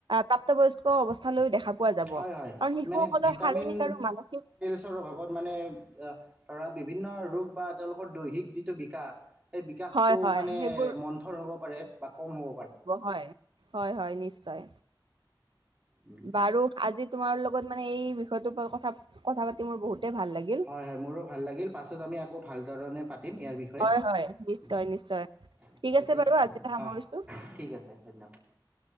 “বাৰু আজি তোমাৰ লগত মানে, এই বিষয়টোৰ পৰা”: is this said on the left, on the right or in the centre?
Right